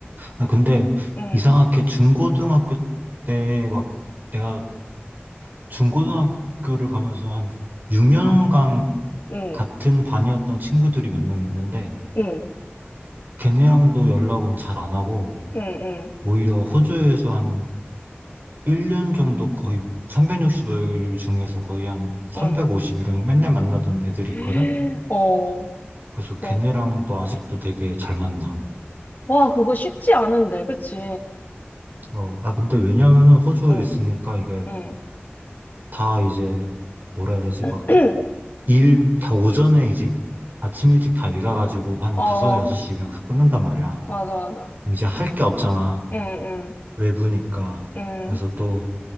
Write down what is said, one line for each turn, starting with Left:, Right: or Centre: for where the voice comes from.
Right: 아, 근데
Left: 응,
Right: 이상하게 중고등학교 때 막 내가 중고등학교를 가면서 한 6년간
Left: 응,
Right: 같은 반이었던 친구들이 몇 명 있는데
Left: 응,
Right: 걔네랑도 연락은 잘 안 하고
Left: 응, 응,
Right: 오히려 호주에서 한 1년 정도 거의 365일 중에서 거의 한 350일은
Left: 응.
Right: 맨날 만나던 애들이
Left: <laughs>
Right: 있거든?
Left: 어,
Right: 그래서 걔네랑도
Left: 어.
Right: 아직도 되게 잘 만나.
Left: 와, 그거 쉽지 않은데, 그치?
Right: 어, 아, 근데 왜냐면은 호주에
Left: 응,
Right: 있으니까 이게
Left: 응.
Right: 다 이제 뭐라 해야 되지?
Left: <clears throat>
Right: 일, 다 오전에 이제 아침 일찍 다 일가가지고 한
Left: 어,
Right: 다섯, 여섯시 이면 다 끝난단 말이야.
Left: 맞아, 맞아.
Right: 그럼 이제 할 게 없잖아.
Left: 응, 응,
Right: 외부니까.
Left: 응.
Right: 그래서 또